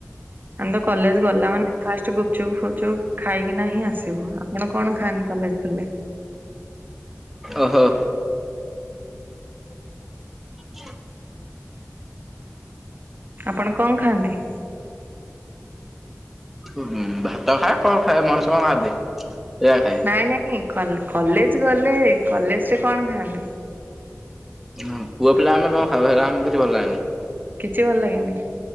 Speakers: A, on the right; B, in the centre.
A: ଆମେ ତ କଲେଜ୍ ଗଲା ମାନେ ଫାଷ୍ଟ ଗୁପଚୁପ ଫୁପଚୁପ ଖାଇକିନା ହିିଁ ଆସିବୁ, ଆପଣ କଣ ଖାଆନ୍ତି କଲେଜ୍ ଗଲେ?
B: ଓହୋ। <unintelligible>
A: ଆପଣ କଣ ଖାଆନ୍ତି?
B: ହୁଁ, ଭାତ ଖାଏ, କଣ ଖାଏ? ମଣିଷ କଣ ଖାଆନ୍ତି? ସେଇଆ ଖାଏ।
A: ନାଇଁ ନାଇଁ କଲ କଲେଜ୍ ଗଲେ କଲେଜ୍ ରେ କଣ ଖାଆନ୍ତି?
B: <unintelligible> ପୁଅ ପିଲା ଆମେ କଣ ଖାଇବୁ, ହେରା ଆମକୁ କିଛି ଭଲ ଲାଗେନି।
A: କିଛି ଭଲ ଲାଗେନି?